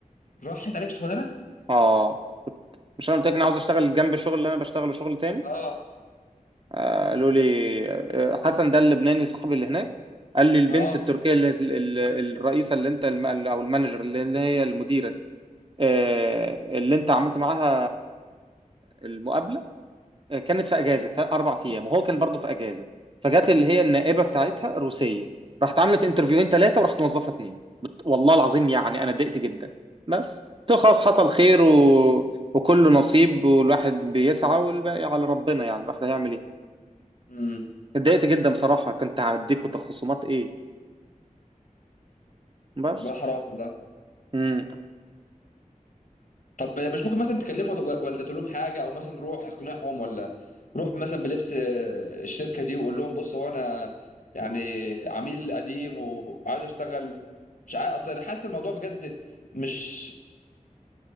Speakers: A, on the left (about 70°); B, on the right (about 40°).
A: راحت عليك شغلانه
B: اه كنت مش انا قلت لك انا عاوز اشتغل جنب الشغل اللي انا بشتغله شغل تاني
A: اه
B: آه، قالوا لي آه، حسن ده اللبناني صاحبي اللي هناك قال لي البنت
A: اه
B: التركيه اللي ال- الرئيسه اللي انت الم- او المانجر اللي اللي هي المديره دي آه، اللي انت عملت معاها المقابله كانت في اجازه تل- اربع ايام وهو كان برضه في اجازه فجت اللي هي النائبه بتاعتها روسيه راحت عملت انترفيوهين ثلاثه وراحت موظفه اتنين بت... والله العظيم يعني انا اتضايقت جدا بس تو خلاص حصل خير و... وكله نصيب والواحد بيسعى والباقي على ربنا يعني الواحد هيعمل ايه
A: امم
B: اتضايقت جدا بصراحه كنت هديكوا تخصصات ايه بس
A: ده حرام والله
B: مم.
A: طب مش ممكن مثلا تكلمه و- ولا تقول لهم حاجه او مثلا روح اقنعهم ولا روح مثلا بلبس آه، الشركه دي وقول لهم بص هو انا يعني عميل قديم وعايز اشتغل مش عارف اصلا بحس الموضوع بجد مش